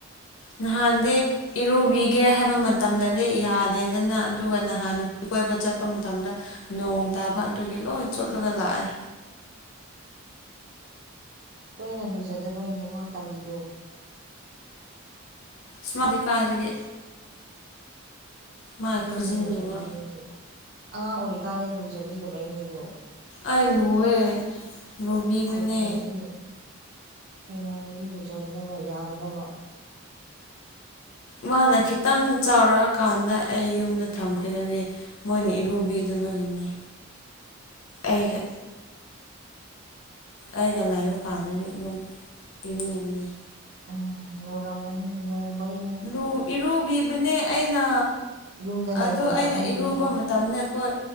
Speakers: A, on the left; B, on the right.
A: ꯅꯍꯥꯟꯗ ꯏꯔꯨꯕꯤꯒꯦ ꯍꯥꯏꯕ ꯃꯇꯝꯗꯗꯤ ꯌꯥꯗꯦꯗꯅ ꯑꯗꯨꯒ ꯅꯍꯥꯟ ꯅꯨꯄꯤ ꯀꯣꯏꯕ ꯆꯠꯄ ꯃꯇꯝꯗ ꯅꯣꯡ ꯇꯥꯕ ꯑꯗꯨꯒꯤ ꯂꯣꯏ ꯆꯣꯠꯂꯒ ꯂꯥꯛꯑꯦ
B: ꯇꯣꯏꯅ ꯂꯨꯖꯗꯕꯩꯅꯦ ꯃꯥ ꯇꯥꯜꯂꯤꯗꯣ
A: ꯁꯃꯥꯇ ꯀꯥꯗꯒꯤ ꯃꯥꯏ
B: ꯇꯣꯏꯅ
A: ꯈꯨꯖꯤꯟꯗꯨꯒ
B: ꯂꯨꯖꯕꯤꯔꯗꯤ ꯑꯉꯥꯡ ꯑꯣꯏꯔꯤꯀꯥꯟꯗ ꯂꯨꯖꯕꯤꯗꯕꯩꯅꯦꯗꯣ
A: ꯑꯩ ꯂꯨꯋꯦ ꯂꯨꯕꯤꯕꯅꯦ
B: ꯍꯩꯅꯔꯗꯤ ꯍꯩꯅꯔꯗꯤ ꯂꯨꯖꯒꯗꯕ ꯌꯥꯒꯗꯕ
A: ꯃꯥꯅ ꯈꯤꯇꯪ ꯆꯥꯎꯔꯛꯑꯀꯥꯟꯗ ꯑꯩ ꯌꯨꯝꯗ ꯊꯝꯈꯤꯗꯗꯤ ꯃꯣꯏꯅ ꯏꯔꯨꯕꯤꯗꯨꯕꯒꯤꯅꯤ ꯑꯩꯒ ꯑꯩꯅ ꯂꯩꯥꯏꯔꯨꯀꯥꯟꯗꯗꯤ ꯑꯗꯨꯝ ꯏꯔꯨꯕꯅꯦ
B: ꯎꯝ ꯂꯨꯔꯝꯃꯅꯤ ꯂꯨꯕꯩꯅꯤ
A: ꯑꯨ ꯏꯔꯨꯕꯤꯕꯅꯦ ꯑꯩꯅ
B: ꯌꯨꯝꯗ ꯂꯩꯍꯧꯕ
A: ꯑꯣ ꯑꯩꯅ
B: ꯑꯅꯤꯗꯨꯁꯨ
A: ꯏꯔꯨꯕ ꯃꯇꯝꯗ ꯑꯩꯈꯣꯏ